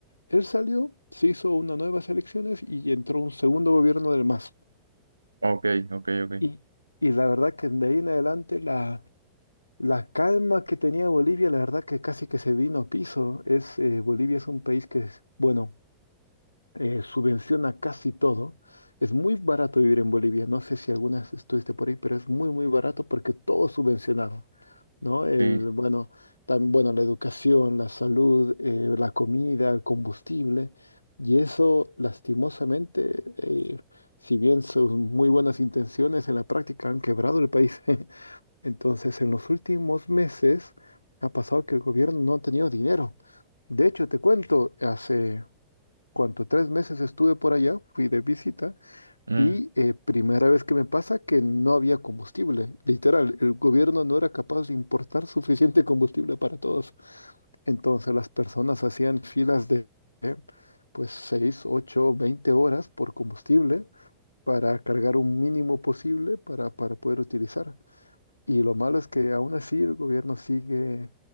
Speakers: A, on the left; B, on the right.
A: él salió, se hizo unas nuevas elecciones y entró un segundo gobierno del MAS.
B: Ok, ok, ok.
A: Y, y la verdad que de ahí en adelante la, la calma que tenía Bolivia, la verdad que casi que se vino a piso. Es, eh, Bolivia es un país que es, bueno eh, subvenciona casi todo. Es muy barato vivir en Bolivia. No sé si alguna vez estuviste por ahí, pero es muy, muy barato porque todo es subvencionado, ¿no? El,
B: Sí.
A: bueno, tam- bueno, la educación, la salud, eh, la comida, el combustible. Y eso, lastimosamente, eh, si bien son muy buenas intenciones, en la práctica han quebrado el país. <laughs> Entonces, en los últimos meses ha pasado que el gobierno no ha tenido dinero. De hecho, te cuento, hace cuando tres meses estuve por allá, fui de visita
B: Mm.
A: y eh, primera vez que me pasa que no había combustible. Literal, el gobierno no era capaz de importar suficiente combustible para todos. Entonces las personas hacían filas de eh, pues 6, 8, 20 horas por combustible para cargar un mínimo posible para, para poder utilizar. Y lo malo es que aún así el gobierno sigue